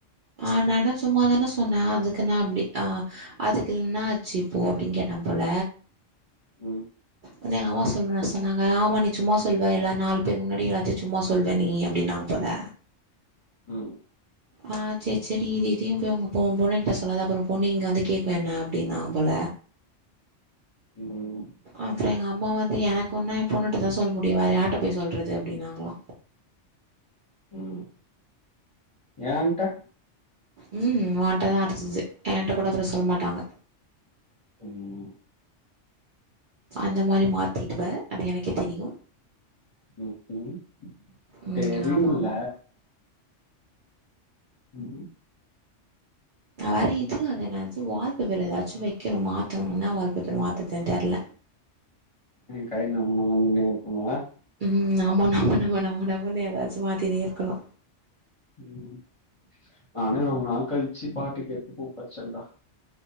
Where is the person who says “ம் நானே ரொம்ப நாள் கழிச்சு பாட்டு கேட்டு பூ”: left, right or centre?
Left